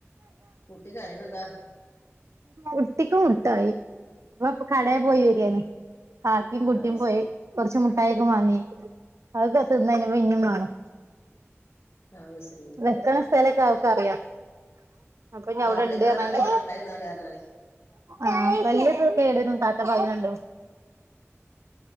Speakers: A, on the left; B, on the right.
A: കുട്ടി കരയ്ണെ എന്താ
B: കുട്ടിക്ക് മുട്ടായി അ പ്പൊ കടയിൽ
A: ഏ
B: പോയി വരിയാണ്. കാക്കയും കുട്ടിയും
A: അത് ശ
B: പോയി കൊറച്ച് മുട്ടായി ഒക്കെ വാങ്ങി, അതൊക്കെ തിന്ന് കഴിഞ്ഞപ്പോ ഇഞ്ഞും മാണം
A: ആഹ് <unintelligible>
B: വെക്കണ സ്ഥലൊക്കെ അവക്ക് അറിയാം അപ്പൊ ഞ്
A: പല്ല്
B: അവിടെ ണ്ട്ന്ന്
A: കേടാൻ
B: പറഞ്ഞാണ്ട്
A: തോനെ മുട്ടായി തിന്നാല് പറഞ്ഞാണെ
B: ആ പല്ല് കേടരും താത്ത പറയ്ണെ കണ്ടു